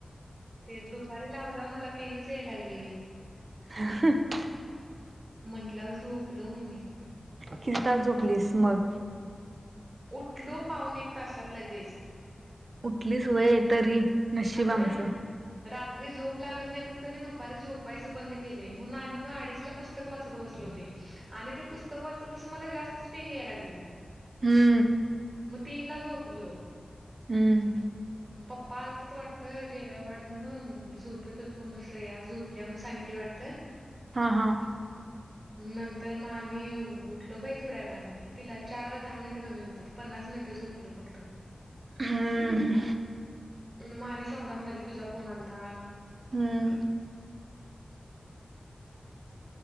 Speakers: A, on the right; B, on the right.
A: ते दुपारी लावल्यावर मला पेंनच याय लागली बाई.
B: ह.
A: म्हंटल्यावर झोपलो मग मी.
B: किती तास झोपलीस मग?
A: उठलो पाउन एक तासात लगेच.
B: उठलीस व्हय तरी नशीब
A: अग.
B: आमचं
A: रात्री झोप लागत नाही म्हणून कनय दुपारी झोपायचं बंद केलंय म्हणून आणि मग अडीचला पुस्तक. वाचत बसले होते आणि ते पुस्तक वाचल तस मला जास्तच पेंग यायला लागली.
B: हम्म.
A: मग तीनला झोपलो.
B: हम्म
A: मग पप्पा आलत वाढतं जेवाय वाड म्हणून मग मी झोपेत होतो श्रेया झोपल्या म्हणून सांगितली वाटतं.
B: हां हां.
A: नंतर मग आणि उठलो बाई थोड्या वेळान, कीतीला चार चारला दहा मिनिटं कमी होते पन्नास मिनटं झोपलो फक्त.
B: हम्म.
A: माने सौदा म्हणाला तुझा फोन आलता.
B: हम्म